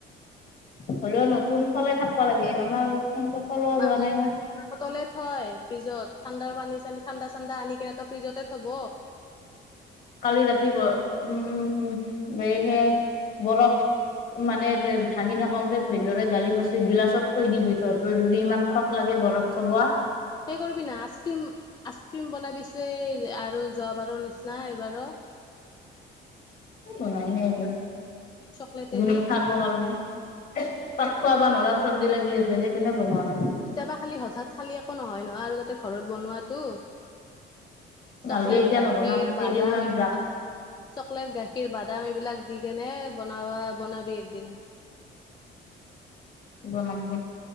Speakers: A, on the left (about 45°); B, on the left (about 20°).
A: হলেও ন যোন সলাই থাকিব লাগে আমাৰ সেনেকে খলোৱা
B: মানুহে
A: যোৱা নাই ন
B: তলে থয় ফ্ৰিজত ঠাণ্ডাৰ পানী চানী ঠাণ্ডা ঠাণ্ডা আনি কেনে তো ফ্ৰিজতে থব।
A: কালি ৰাতি উম বে সে বৰফ, মানে ভাঙি থাকোতে ভিদেউৰে গালি পাচি গিলাচত থৈ দি ভিত তো যদি ইমান খখ লাগে বৰফ চোবোৱা
B: সেই কৰিবি না আইচ ক্ৰীম আইচ ক্ৰীম বনাবিচে আৰু যোৱাবাৰো নিচ না এইবাৰো,
A: বনাই ন এতিয়া,
B: চকলেটে
A: এনেই
B: দি
A: খাবৰ কাৰণে তাত খোৱা বাানৰা চবজি লাগি আছে সেইকাৰনেে বনোৱা নাই
B: কেতিয়াবা খালি হঠাৎ খালি একো নহয় নহয় আৰু তাতে ঘৰত বনোৱাটো, চকলেট
A: নালগে এতিয়া
B: গাখীৰ
A: নবনাও কেইদিনমান
B: বাদাম এইবিলাক
A: যাক
B: চকলেট গাখীৰ বাদাম এইবিলাক দি কেনে বনাবা বনাবি একদিন
A: বনাম ৰ।